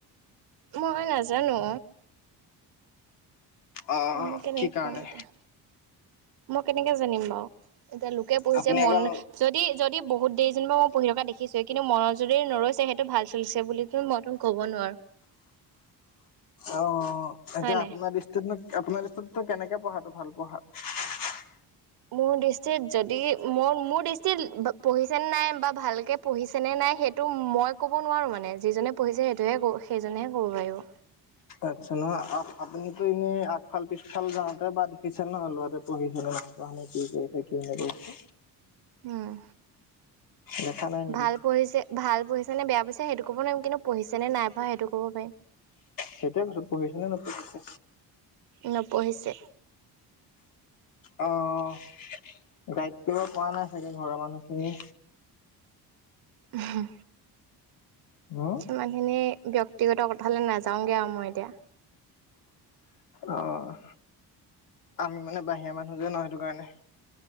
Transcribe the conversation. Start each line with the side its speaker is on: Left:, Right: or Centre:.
Right: মই নাজানো।
Left: অ
Right: মইনো কেনেকে
Left: কি কাৰণে
Right: কম এতিয়া? মই কেনেকে জানিম বাৰু। এতিয়া লোকে পঢ়িছে
Left: আপুনি
Right: মন
Left: অকল
Right: যদি, যদি বহুত দেৰি যেনিবা মই পঢ়ি থকা দেখিছোৱে কিন্তু মনত যদি নৰৈছে, সেইটো ভাল। চছে বুলিিতো মইতো ক'ব নোৱাৰো
Left: অ', এতিয়া
Right: হয় নাই
Left: আপোনাৰ দৃষ্টিতনো আপোনাৰ। নো কেনেকে পঢ়াটো ভাল পোৱা হয়।
Right: মোৰ দৃষ্টিত যদি, মোৰ মোৰ দৃষ্টিত পঢ়িছেন নাই বা ভালকে পঢ়িছেনে নাই। নাই, সেইটো মই ক'ব নোৱাৰো মানে, যিজনে পঢ়িছে সেইটোহে সেইজনেহে ক'ব পাৰিব।
Left: আচ্ছা নহয়, আপুনিতো এনেই আগফাল পিছফাল যাওঁতে বা দেখিছে নহয় ল'ৰাটোৱে পঢ়িছে নাই। গম নোপোৱানে কি কৰিছে? কি নকৰিছে?
Right: উম্,
Left: দেখা নাই নেকি
Right: ভাল পঢ়িছে, ভাল পঢ়িছে নে বেয়া পঢ়িছে, সেইটো কব নোৱাৰিম কিন্তু। পঢ়িছে নে নাই পঢ়া, সেইটো ক'ব পাৰিম।
Left: সেইটোয়ে কইছো, পঢ়িছে নে নপঢ়িছে।
Right: নপঢ়িছে।
Left: অ' গাইড কৰিব পৰা নাই চাগে, ঘৰৰ মানুহখিনিয়ে।
Right: ওহু্,
Left: হুম
Right: সিমানখিনি ব্যক্তি। ব্যক্তিগত কথালে নাযাওঁগৈ আৰু মই এতিয়া।
Left: অ'। আমি মানে বাহিৰা মানুহ যে ন, সেইটো কাৰণে।